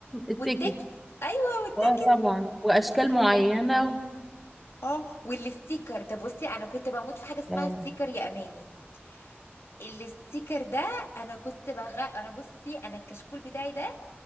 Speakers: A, in the centre; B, on the left (about 80°).
A: التيكت
B: والتيكت ايوه والتيكت
A: اه طبعا واشكال معينه و...
B: اه والستيكر ده بصي انا كنت بموت في حاجه اسمها
A: اه
B: ستيكر يا اماني الستيكر ده انا كنت بغ انا بصي انا الكشكول بتاعي ده